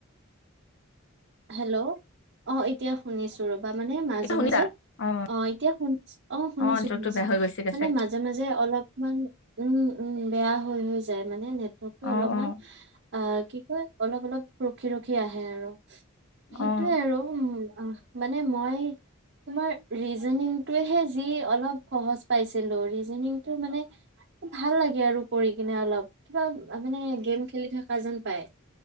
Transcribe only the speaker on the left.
এইটো শুনিছা
অ',
অ', নেটৱৰ্কটো
বেয়া হৈ গৈছিলে
চাগে
অ',
অ',
অ',